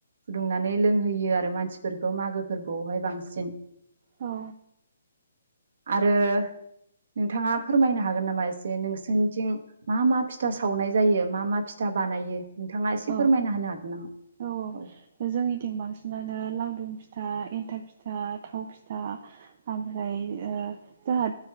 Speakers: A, on the right (about 60°); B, on the right (about 45°).
A: फुदुंनानै लोंहोयो आरो मानसिफोरखौ मागो फोरबोआवहाय बांसिन
B: औ
A: आरो नोंथाङा फोरमायनो हागोन नामा एसे नोंसोरनिथिं मा मा फिथा सावनाय जायो मा मा फिथा बानायो नोंथाङा एसे
B: औ
A: फोरमायना होनो हागोन नामा
B: औ
A: औ
B: जोंनिथिं बांसिनानो लावदुम फिथा एन्थाब फिथा थाव फिथा ओमफ्राय ओ जाहा